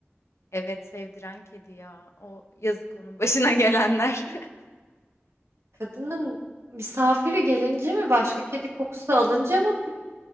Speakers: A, on the left (about 80°); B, on the right (about 80°).
A: Evet, sevdiren kedi ya, o yazık onun başına gelenler. <laughs>
B: kadının misafiri gelince mi başka kedi kokusu alınca mı